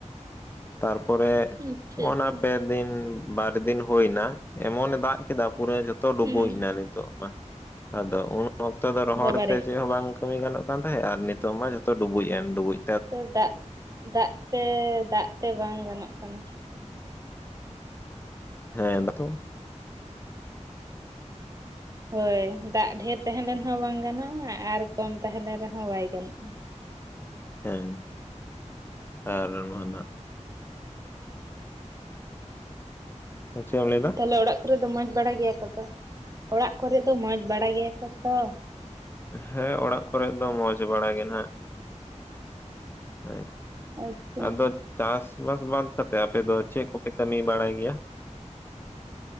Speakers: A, on the left; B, on the right.
A: ᱾ ᱛᱟᱨᱯᱚᱨᱮ
B: ᱟᱪᱪᱷᱟ
A: ᱚᱱᱟ
B: ᱟᱪᱪᱷᱟ
A: ᱯᱮ ᱫᱤᱱ, ᱵᱟᱨ ᱫᱤᱱ ᱦᱩᱭ ᱮᱱᱟ ᱮᱢᱚᱱᱮ ᱫᱟᱜ ᱠᱮᱫᱟᱼᱼ ᱯᱩᱨᱟᱹ ᱡᱷᱚᱛᱚ ᱰᱩᱵᱩᱡ
B: ᱦᱩᱸ
A: ᱮᱱᱟ ᱱᱤᱛᱚᱜ ᱢᱟ, ᱟᱫᱚ ᱩᱱ ᱚᱠᱛᱚ ᱫᱚ ᱨᱚᱦᱚᱲ
B: ᱵᱟᱵᱟᱨᱮ
A: ᱛᱮ ᱪᱮᱫ ᱦᱚᱸ ᱵᱟᱝᱼᱼ ᱠᱟᱹᱢᱤ ᱜᱟᱱᱚᱜ ᱠᱟᱱ ᱛᱟᱦᱮᱸᱜ ᱟᱨ ᱱᱤᱛᱚᱜ ᱢᱟ ᱡᱚᱛᱚ ᱰᱩᱵᱩᱡ ᱮᱱ ᱰᱩᱵᱩᱡᱼᱼ
B: ᱛᱚ ᱫᱟᱜ, ᱫᱟᱜ ᱛᱮ ᱫᱟᱜ ᱛᱮ ᱵᱟᱝ ᱜᱟᱱᱚᱜ ᱠᱟᱱᱟ ᱾
A: ᱦᱮᱸ ᱵᱟᱛᱚᱼᱼ
B: ᱦᱚᱭ ᱫᱟᱜ ᱰᱷᱮᱨ ᱛᱟᱦᱮᱸ ᱞᱮᱱ ᱦᱚᱸ ᱵᱟᱝ ᱜᱟᱱᱚᱜ-ᱟ, ᱟᱨ ᱠᱚᱢ ᱛᱟᱦᱮᱸ ᱞᱮᱱ ᱨᱮᱦᱚᱸ ᱵᱟᱭ ᱜᱟᱱᱚᱜ-ᱟ ᱾
A: ᱦᱮᱸ ᱟᱨᱟᱢᱟᱱᱟᱜᱼᱼ ᱦᱮᱸ ᱪᱮᱫ ᱮᱢ ᱞᱟᱹᱭᱫᱟ?
B: ᱛᱟᱦᱚᱞᱮ ᱚᱲᱟᱜ ᱠᱚᱨᱮ ᱫᱚ ᱢᱚᱡᱽ ᱵᱟᱲᱟ ᱜᱮᱭᱟ ᱠᱚ ᱛᱚ? ᱚᱲᱟᱜ ᱠᱚᱨᱮ ᱫᱚ ᱢᱚᱡᱽ ᱵᱟᱲᱟ ᱜᱮᱭᱟ ᱠᱚ ᱛᱚ?
A: ᱦᱮᱸ ᱚᱲᱟᱜ ᱠᱚᱨᱮ ᱫᱚ ᱢᱚᱸᱡᱽ ᱵᱟᱲᱟ ᱜᱮ ᱱᱟᱜ ᱾ ᱦᱮᱸ,
B: ᱟᱪᱪᱷᱟ
A: ᱟᱫᱚᱼᱼ ᱪᱟᱥ ᱵᱟᱥ ᱵᱟᱫᱽ ᱠᱟᱛᱮ ᱟᱯᱮ ᱫᱚ ᱪᱮᱫ ᱠᱚᱯᱮ ᱠᱟᱹᱢᱤ ᱵᱟᱲᱟᱭ ᱜᱮᱭᱟ?